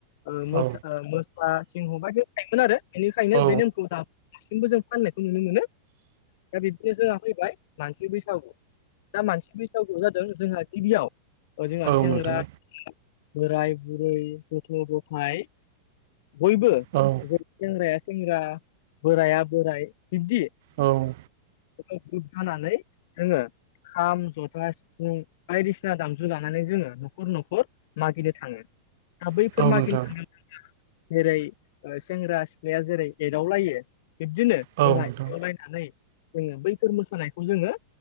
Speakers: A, on the left (about 55°); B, on the right (about 55°).
A: ओ
B: औ
A: मोसा सिंह बायदि थायोमोन आरो बेनिखायनो
B: औ
A: बे नेमखौ दा दासिमबो जों फाननायखौ नुनो मोनो दा बिदिनो जोहा फैबाय मानसि बैसागु दा मानसि बैसागुआव जादों जोंहा गिबियाव ओजोंहा
B: औ
A: सेंग्रा
B: नोंथां
A: बोराय बुरै गथ' गथाय बयबो
B: औ।
A: सेंग्राया सेंग्रा बोराया बोराइ बिबदि
B: औ औ नोंथां औ नोंथां औ
A: <unintelligible> जानानै जोङो खाम जथा सिफुं बायदिसिना दामजु लानानै जोङो न'खर न'खर मागिनो थाङो दा
B: औ
A: बैफोर
B: नोंथां
A: मागिनो थाङोब्ला जेरै सेंग्रा सिख्लाया जेरै एदावलायो बिब्दिनो
B: औ
A: जोंहा
B: नोंथां
A: एदावलायनाय
B: औ
A: नानै जोङो बैफोर मोसानायखौ जोङो